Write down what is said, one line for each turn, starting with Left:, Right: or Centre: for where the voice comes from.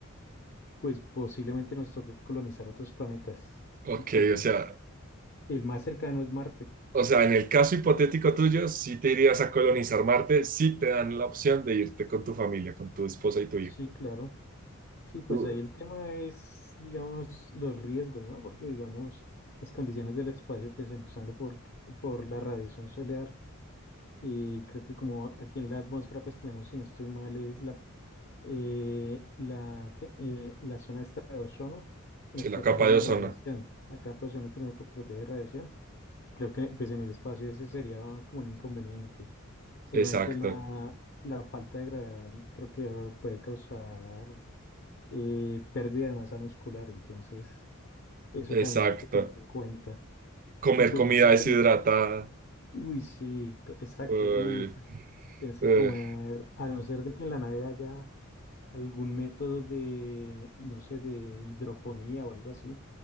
Left: pues posiblemente nos toque colonizar otros planetas
Right: ok,
Left: y pues...
Right: o sea,
Left: El más cercano es Marte.
Right: o sea, en el caso hipotético tuyo, si te irías a colonizar Marte, si te dan la opción de irte con tu familia, con tu esposa y tu hijo.
Left: Sí, claro. Sí, pues
Right: Uh,
Left: ahí el tema es, digamos, los riesgos, ¿no? Porque, digamos, las condiciones del espacio, pues empezando por, por la radiación solar, y creo que como aquí en la atmósfera, pues tenemos, si no estoy mal, es la, eh, la, ¿qué? Eh, la zona esta de ozono que nos
Right: Sí,
Left: protege
Right: la capa
Left: de la
Right: de
Left: radiación,
Right: ozono.
Left: la capa de ozono que nos protege de radiación. Creo que pues en el espacio ese sería como un inconveniente. Obviamente
Right: Exacto,
Left: la, la falta de gravedad creo que puede causar eh, pérdida de masa muscular, entonces eso
Right: exacto.
Left: también hay que tener en cuenta.
Right: Comer
Left: Y pues
Right: comida
Left: muchos
Right: deshidratada.
Left: peligros. Uy, sí, co- exacto,
Right: Uy,
Left: uy, exacto. Tienes que
Right: eh,
Left: comer, a no ser de que en la nave haya algún método de, no sé, de hidroponía o algo así,